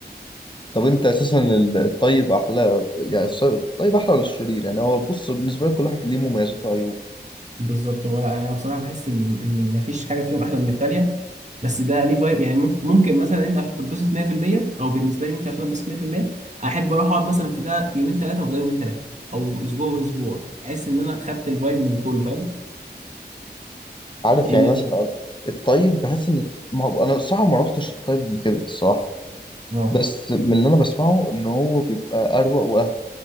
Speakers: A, on the left; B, on the right.
A: طب انت اساسا ال- الطيب احلى يعني الص- الطيب احلى ولا الشرير يعني هو بص بالنسبه لي كل واحد ليه مميزات وعيوب
B: بالظبط هو لا انا بصراحه بحس ان ان مفيش حاجه فيهم احلى من التانيه بس ده ليه فايب يعني مم- ممكن مثلا انت عشان تتبسط 100% او بالنسبه لي ممكن عشان اتبسط 100% احب اروح اقعد مثلا في ده يومين ثلاثه وده يومين ثلاثه او اسبوع واسبوع احس ان انا خدت الفايب من كله فاهم
A: عارف
B: لان
A: يعني
B: يعني
A: مثلا أقول- الطيب بحس ان ما هو انا الصراحه ما روحتش الطيب قبل كده الصراحه
B: اه
A: بس من اللي انا بسمعه ان هو بيبقى اروق